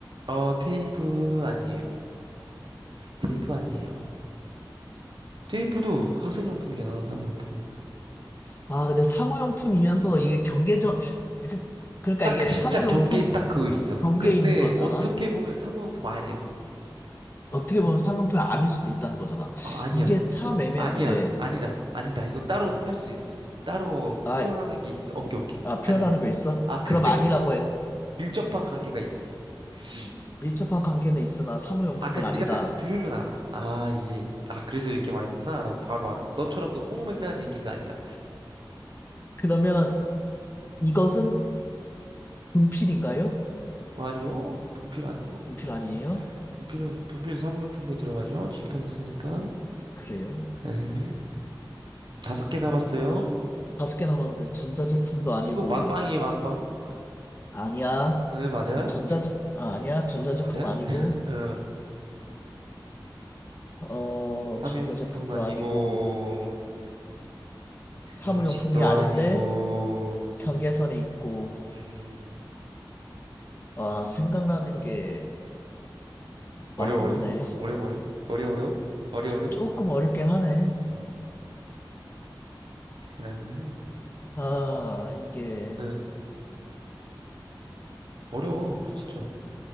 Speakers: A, on the right; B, on the left.
A: 어, 어 테이프 아니에요. 테이프 아니에요. 테이프도 학생용품이잖아, 사무용품.
B: 아, 근데 사무용품이면서 이게 경계적 그, 그러니까
A: 딱
B: 이게
A: 진짜
B: 사무용품
A: 경계에 딱 그거 있어.
B: 경계에
A: 근데
B: 있는 거잖아.
A: 어떻게 보면 사무용품 아니야.
B: 어떻게 보면 사무용품이 아닐 수도 있다는 거잖아.
A: 어, 아니야.
B: 이게 참 애매한데.
A: 아니야. 아니다. 아니다. 이건 따로 할 수 있어. 따로
B: 아,
A: 표현하는 게 있어. 오케이, 오케이.
B: 아, 표현하는
A: 아니.
B: 거 있어?
A: 아, 근데
B: 그럼 아니라고 해.
A: 밀접한 관계가 있지. 응.
B: 밀접한 관계는 있으나 사무용품은
A: 아까 네가
B: 아니다.
A: 딱 들으면 알아. 아, 이게 아, 그래서 이렇게 말했구나라고 바로 알아. 너처럼 그 허무맹랑한 얘기가 아니야.
B: 그러면 이것은 분필인가요?
A: 어, 아니요. 분필 아니요.
B: 분필
A: 분,
B: 아니에요?
A: 분필은 분필 사무용품에 들어가죠. 칠판 있으니까.
B: 그래요.
A: 네. 다섯 개 남았어요.
B: 다섯 개 남았는데 전자제품도 아니고
A: 이거 만빵이에요, 만빵.
B: 아니야.
A: 응, 맞아?
B: 전자제 아, 아니야. 전자제품
A: 응, 맞아?
B: 아니고
A: 응.
B: 어
A: 사무용품
B: 전자제품도
A: 아니고,
B: 아니고 사무용품이
A: 음식도
B: 아닌데
A: 아니고,
B: 경계선에
A: 음,
B: 있고
A: 음,
B: 아 생각나는 게
A: 어려,
B: 많이
A: 어려?
B: 없네.
A: 어려, 어려? 어려, 어려? 어려, 어려?
B: 조금 어렵긴 하네.
A: 음, 아,
B: 아 이게
A: 응, 어려워, 진짜로.